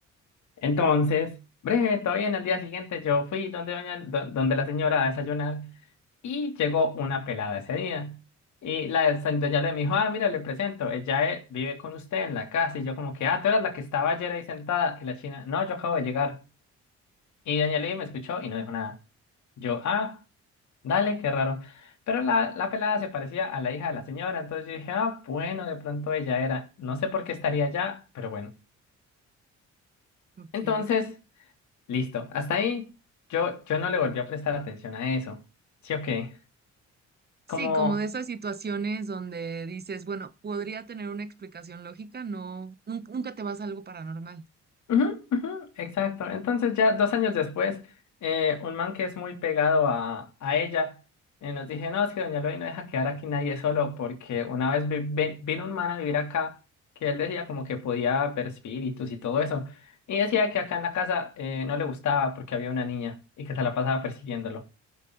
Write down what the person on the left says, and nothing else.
Entonces, breve, Todo bien. el día siguiente yo fui donde, doña, do- donde la señora a desayunar y llegó una pelada ese día. Y la doña le dijo, ah, mira, le presento, ella eh, vive con usted en la casa. Y yo como que, ah, tú eras la que estaba ayer ahí sentada. Y la china, no, yo acabo de llegar. Y doña Levi me escuchó y no dijo nada. Yo, ah, dale, qué raro. Pero la, la pelada se parecía a la hija de la señora, entonces yo dije, ah, bueno, de pronto ella era, no sé por qué estaría allá, pero bueno.
Entonces... Listo. Hasta ahí yo, yo no le volví a prestar atención a eso. ¿Sí o qué?
Como...
ujú, ujú, exacto. Entonces ya dos años después, eh, un man que es muy pegado a, a ella, eh, nos dije, no, es que Doña Loli no deja quedar aquí nadie solo porque una vez vi- vi- vino un man a vivir acá que él decía como que podía ver espíritus y todo eso. Y decía que acá en la casa eh, no le gustaba porque había una niña y que se la pasaba persiguiéndolo.